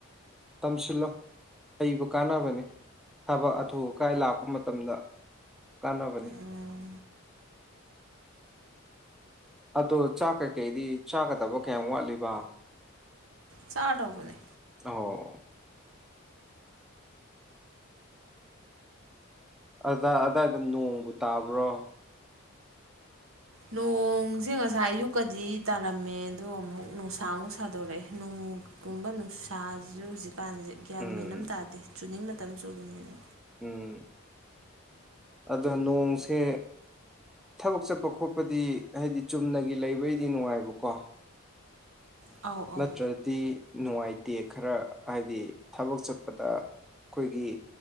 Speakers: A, in the centre; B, on the right.
A: ꯇꯝꯁꯤꯜꯂꯣ ꯍꯩꯕ ꯀꯥꯟꯅꯕꯅꯦ ꯊꯕꯛ ꯑꯊꯑ ꯑꯀꯥꯏ ꯂꯥꯛꯄ ꯃꯇꯝꯗ ꯀꯥꯟꯅꯕꯅꯤ
B: ꯎꯝ
A: ꯑꯗꯣ ꯆꯥꯛ ꯀꯩꯀꯩꯗꯤ ꯆꯥꯒꯗꯕ ꯀꯌꯥꯝ ꯋꯥꯠꯂꯤꯕ
B: ꯆꯥꯗꯧꯕꯅꯦ
A: ꯑꯣ ꯑꯗꯥꯏ ꯑꯗꯥꯏꯗ ꯅꯣꯡꯕꯨ ꯇꯥꯕ꯭ꯔꯣ
B: ꯅꯣꯡꯁꯦ ꯉꯁꯥꯏ ꯑꯌꯨꯛꯀꯗꯤ ꯇꯥꯔꯝꯃꯦ ꯑꯗꯨꯒꯗꯣ ꯑꯃꯨꯛ ꯅꯨꯡꯁꯥ ꯑꯃꯨꯛ ꯁꯥꯗꯣꯔꯛꯑꯦ ꯅꯣꯡꯒꯨꯝꯕ ꯅꯨꯡꯁꯥꯁꯤꯁꯨ ꯍꯧꯖꯤꯛ ꯀꯥꯟꯁꯦ ꯒ꯭ꯌꯥꯟ
A: ꯎꯝ
B: ꯃꯦꯟꯂꯝ ꯇꯥꯗꯦ ꯆꯨꯅꯤꯡ ꯃꯇꯝ ꯆꯨꯕꯅꯤꯗ
A: ꯎꯝ ꯑꯗꯨ ꯅꯣꯡꯁꯦ ꯊꯕꯛ ꯆꯠꯄ ꯈꯣꯠꯄꯗꯤ ꯍꯥꯏꯗꯤ ꯆꯨꯝꯅꯒꯤ ꯂꯩꯕꯩꯗꯤ ꯅꯨꯡꯉꯥꯏꯕꯀꯣ
B: ꯑꯧ ꯑꯧ
A: ꯅꯠꯇ꯭ꯔꯗꯤ ꯅꯨꯡꯉꯥꯏꯇꯦ ꯈꯔ ꯍꯥꯏꯗꯤ ꯊꯕꯛ ꯆꯠꯄꯗ ꯑꯩꯈꯣꯏꯒꯤ